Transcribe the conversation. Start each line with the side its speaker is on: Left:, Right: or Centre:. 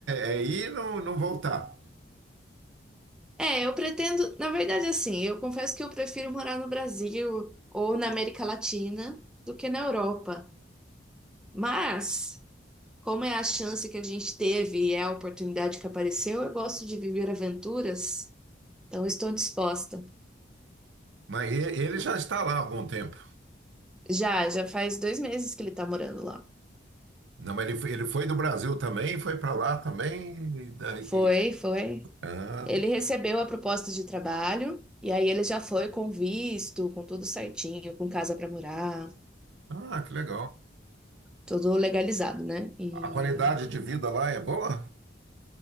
Right: é, é ir e não, não voltar.
Centre: É, eu pretendo, na verdade, assim, eu confesso que eu prefiro morar no Brasil ou na América Latina do que na Europa. Mas, como é a chance que a gente teve e é a oportunidade que apareceu, eu gosto de viver aventuras, então estou disposta.
Right: Mas e- ele já está lá há algum tempo.
Centre: Já, já faz dois meses que ele está morando lá.
Right: Não, mas ele, foi- ele foi do Brasil também, foi para lá também. E daí,
Centre: Foi, foi.
Right: ah,
Centre: Ele recebeu a proposta de trabalho e aí ele já foi com visto, com tudo certinho, com casa para morar,
Right: ah, que legal.
Centre: tudo legalizado, né? E
Right: A qualidade de vida lá é boa?